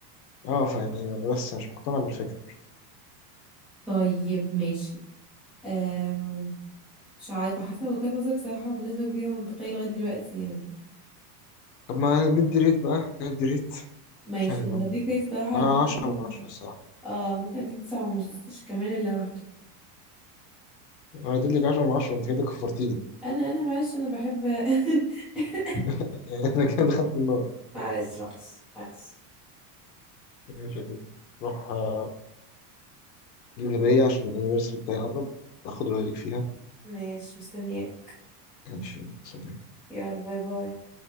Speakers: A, on the left (about 80°); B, in the centre.
A: اه فيعني بس مش مقتنع بالفكرة مش-
B: طيب ماشي آم. مش عارفة حاسة وجهة نظرك صراحة بنسبة كبيرة منطقية لغاية دلوقتي يعني
A: طب ما ندي ريت بقى ندي ريت
B: ماشي
A: عشان
B: لو هديك ريت صراحة
A: آه
B: هديك
A: 10
B: ممكن
A: من 10 الصراحة
B: اه ممكن اديك تسعة ونص عشان كمان اللي لوحده
A: انا اديت لك 10 من 10 انت كده كفرتيني
B: انا انا معلش انا بحب <laughs>
A: <laughs> يعني انا كده دخلت النار
B: معلش بس معلش
A: يعني مش عارف. روح آه، جيب هدية عشان الانيفرساري بتاعي قرب اخد رأيك فيها
B: ماشي مستنياك
A: ماشي سلام
B: يلا باي باي